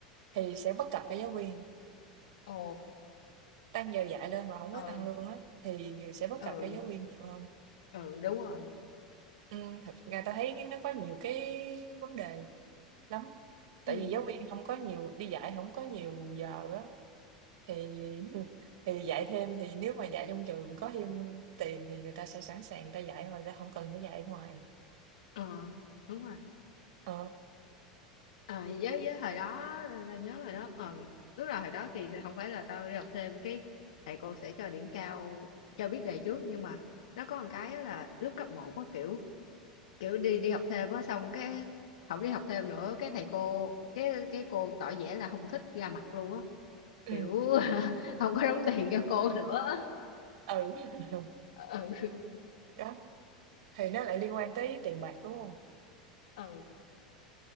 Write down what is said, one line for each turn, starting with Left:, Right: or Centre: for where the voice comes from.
Right: thì sẽ bất cập cho giáo viên,
Left: ồ,
Right: tăng giờ dạy lên mà không
Left: ừ,
Right: có tăng lương á, thì sẽ bất
Left: Ừ,
Right: cập cho giáo viên nhiều hơn.
Left: ừ đúng rồi.
Right: Ừm, thật ra tao thấy cái nó có nhiều cái vấn đề lắm, tại
Left: Ừ.
Right: vì giáo viên không có nhiều đi dạy không có nhiều giờ á, thì <laughs> thì dạy thêm thì nếu mà dạy trong trường có thêm tiền thì người ta sẽ sẵn sàng người ta dạy rồi người ta không cần phải dạy ở ngoài.
Left: Ờ, đúng rồi.
Right: Ờ,
Left: Ờ, với với hồi đó tao nhớ hồi đó ờ, lúc nào hồi đó thì không phải là tao đi học thêm cái thầy cô sẽ cho điểm cao cho biết đề trước nhưng mà nó có một cái á là lúc cấp một có kiểu kiểu đi đi học thêm á xong cái không đi học thêm nữa cái thầy cô cái cái cô tỏ vẻ là không thích ra mặt luôn á kiểu
Right: ừm,
Left: <laughs> không có đóng tiền cho cô nữa
Right: ừ, <laughs>
Left: ừ
Right: đó. thì nó lại liên quan tới tiền bạc đúng không
Left: ừ